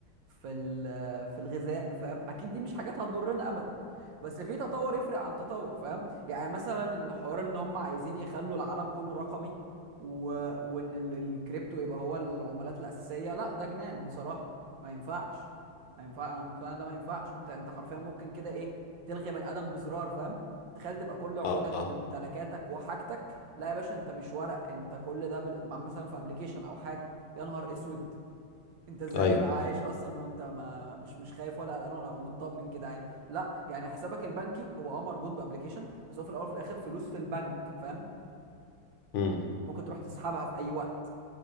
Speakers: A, on the right; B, on the left.
A: في ال- في الغذاء فاهم اكيد دي مش حاجات هتضرنا ابدا بس في تطور يفرق عن تطور فاهم يعني مثلا الحوار ان هم عايزين يخلوا العالم كله رقمي و... وان ال- الكريبتو يبقى هو العملات الأساسية لا ده جنان بصراحة ما ينفعش ما ينفع انا مقتنع إن ده ما ينفعش انت انت حرفيا ممكن كده ايه تلغي بني ادم بزرار فاهم تخيل تبقى كل عقودك
B: آه آه.
A: وممتلكاتك وحاجتك لا يا باشا انت مش ورق انت كل ده بال- مع- مثلا في ابلكيشن او حاجه يا نهار اسود انت ازاي
B: أيوه
A: تبقى عايش اصلا وانت ما مش مش خايف ولا قلقان ولا ومطمن كده عادي لا يعني حسابك البنكي هو اه مربوط بابلكيشن بس هو في الاول وفي الاخر فلوس في البنك فاهم
B: امم
A: ممكن تروح تسحبها في اي وقت